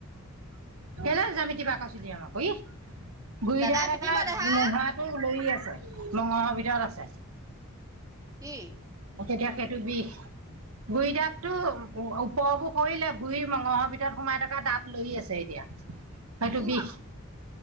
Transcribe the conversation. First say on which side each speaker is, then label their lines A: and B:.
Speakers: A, on the right; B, on the right.
A: কেইলে জামিতি বাকচ উলিয়াম আকৌ ই গুৰি
B: দাদাই
A: দাঁত
B: পিটিব
A: এটা
B: দেহা
A: মুঢ়াটো লৰি আছে। মঙহ ভিতৰত আছে
B: কি
A: তেতিয়া সেইটো বিষ গুৰি দাঁততো ওপৰবোৰ সৰিলে ।গুৰি মঙহৰ ভিতৰত সোমাই থকা দাঁত লৰি আছে এতিয়া। হয়তো
B: তোৰ
A: বিষ
B: ভাগৰ।